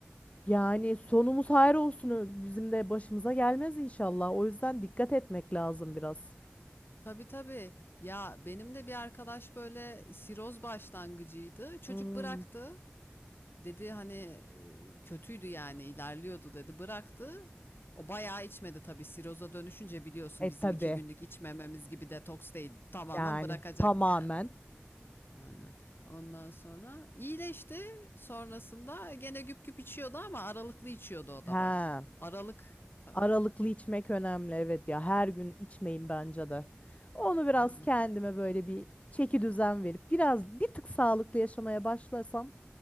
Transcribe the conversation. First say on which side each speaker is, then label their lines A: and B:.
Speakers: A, on the left; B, on the left.
A: Yani sonumuz hayır olsun ö- bizim de başımıza gelmez inşallah. O yüzden dikkat etmek lazım biraz.
B: Tabii tabii. Ya benim de bir arkadaş böyle siroz başlangıcıydı. Çocuk
A: Hmm.
B: bıraktı. Dedi hani e, kötüydü yani ilerliyordu dedi. Bıraktı. O bayağı içmedi tabii. Siroza dönüşünce biliyorsun
A: E
B: bizim
A: tabii
B: iki günlük içmememiz gibi detoks değil. Tamamen
A: yani
B: bırakacak
A: tamamen.
B: yani. Aynen. Ondan sonra iyileşti. Sonrasında gene güp güp içiyordu ama aralıklı içiyordu o da
A: He.
B: bak. Aralık tabii.
A: Aralıklı içmek önemli evet ya her gün içmeyin bence de. Onu biraz
B: Aynen.
A: kendime böyle bir çeki düzen verip biraz bir tık sağlıklı yaşamaya başlasam